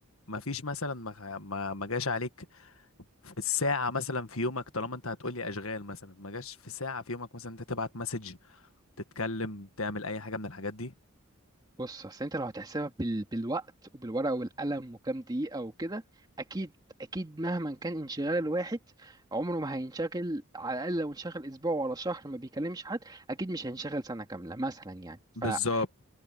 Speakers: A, on the left; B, on the right.
A: ما فيش مثلا ما ما ما جاش عليك في الساعة مثلا في يومك طالما انت هتقولي اشغال مثلا ما جاش في ساعة في يومك مثلا انت تبعت مسج تتكلم تعمل اي حاجة من الحاجات دي
B: بص اصل انت لو هتحسبها بال... بالوقت وبالورقه والقلم وكام دقيقه وكده اكيد اكيد مهما كان انشغال الواحد عمره ما هينشغل على الاقل لو انشغل اسبوع ولا شهر ما بيكلمش حد اكيد مش هينشغل سنه كامله مثلا يعني فانا
A: بالظبط